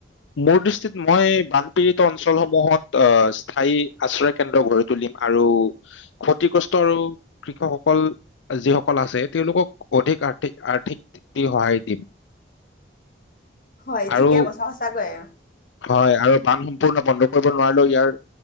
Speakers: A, on the left; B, on the left.
A: মোৰ দৃষ্টিত মই বানপীডিত অঞ্চলসমূহত আহ স্থায়ী আশ্ৰয় কেন্দ্ৰ গঢ়ি তুলিম আৰু ক্ষতিগ্ৰস্ত আৰু কৃষকসকল যিসকল আছে তেওঁলোকক অধিক আৰ্থিক আৰ্থিক দি সহায় দিম
B: হয়
A: আৰু
B: ঠিকে কছা সঁচাকৈয়
A: হয় আৰু বান সম্পূৰ্ণ বন্ধ কৰিব নোৱাৰিলেও ইয়াৰ